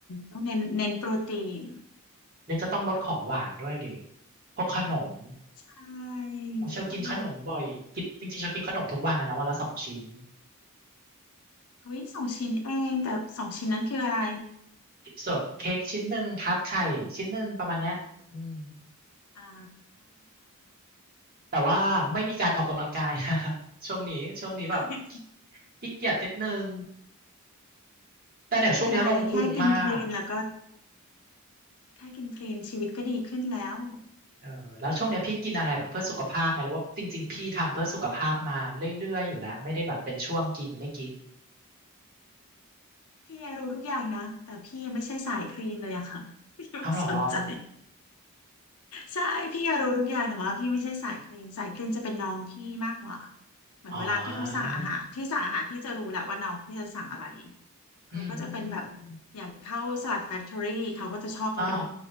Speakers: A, on the left; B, on the right.
A: ต้องเน้นเน้นโปรตีน
B: เนี่ยก็ต้องลดของหวานด้วยเดิเพราะขนม
A: ใช่
B: เชลกินขนมบ่อยกินจริงๆเชลกินขนมทุกวันเลยนะวันละสองชิ้น
A: ต้องลดเฮ้ยสองชิ้นเองแต่สองชิ้นนั้นคืออะไร
B: ส่วนเค้กชิ้นหนึ่งทาร์ตไข่ชิ้นหนึ่งประมาณเนี้ยอืม
A: อ่า
B: แต่ว่าไม่มีการออกกำลังกาย <laughs> ช่วงนี้ช่วงนี้แบบ
A: <laughs>
B: ขี้เกียจนิดนึงแต่เนี่ยช่วงนี้ลงพุงมาก
A: ไม่เป็นไรแค่กินคลีนแล้วก็ แค่กินคลีนชีวิตก็ดีขึ้นแล้ว
B: เออแล้วช่วงเนี้ยพี่กินอะไรแบบเพื่อสุขภาพไหมหรือว่าจริงๆพี่ทำเพื่อสุขภาพมาเรื่อยๆอยู่แล้วไม่ได้แบบเป็นช่วงกินไม่กิน
A: พี่รู้ทุกอย่างนะ แต่พี่ยังไม่ใช่สายคลีนเลยอะค่ะพี่ไม่สนใจ
B: เอาเหรอ
A: ใช่พี่รู้ทุกอย่างแต่ว่าพี่ไม่ใช่สายคลีนสายคลีนจะเป็นน้องพี่มากกว่าเหมือนเวลาที่เขาสั่งอาหารที่สั่งอาหารพี่จะรู้แหละว่าน้องพี่จะสั่งอะไร
B: อ๋อ
A: เขาก็จะเป็นแบบ
B: อืมอืม
A: อย่างเข้าสลัดแฟคทอรี่เขาก็จะชอบเพราะเป็น
B: อ๋อ